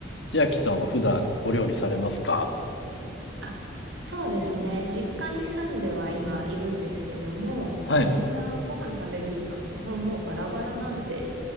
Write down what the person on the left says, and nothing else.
千秋さんは普段お料理されますか
はい。